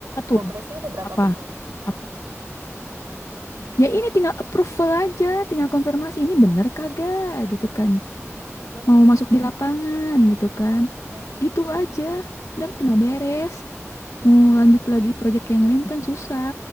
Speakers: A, on the left (about 80°); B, on the right (about 90°).
A: tuh.
B: progresnya udah berapa
A: Apa?
B: persen?
A: Apa? Ya ini tinggal approval aja. Tinggal konfirmasi ini bener kagak
B: Hmm,
A: gitu kan.
B: ya ampun.
A: Mau masuk di lapangan gitu kan.
B: Ya ampun.
A: Gitu aja. Udah tinggal beres. Mau lanjut lagi project yang lain kan susah.